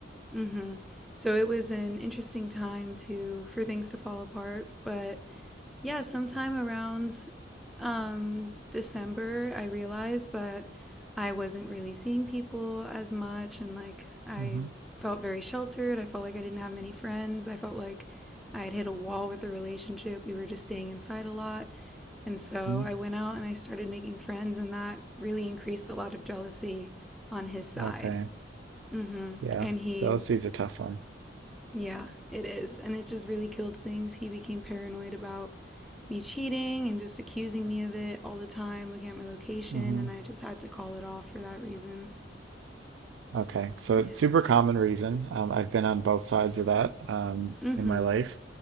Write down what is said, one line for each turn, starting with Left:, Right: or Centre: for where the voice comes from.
Centre: mm-hmm. so it was an interesting time to for things to fall apart, but yeah, sometime around um, December, I realized that I wasn't really seeing people as much. And like, I
Right: Mm-hmm.
Centre: felt very sheltered. I felt like I didn't have many friends. I felt like I had hit a wall with the relationship. We were just staying inside a lot. And so
Right: mm
Centre: I went out and I started making friends, and that really increased a lot of jealousy on his side.
Right: Okay.
Centre: Mm-hmm.
Right: Yeah.
Centre: And he
Right: Jealousy is a tough one.
Centre: yeah, it is. And it just really killed things. He became paranoid about me cheating and just accusing me of it all the time, looking at my location,
Right: hmm
Centre: and I just had to call it off for that reason.
Right: Okay. So
Centre: Yeah.
Right: it's super common reason. Um, I've been on both sides of that um,
Centre: Mm-hmm.
Right: in my life.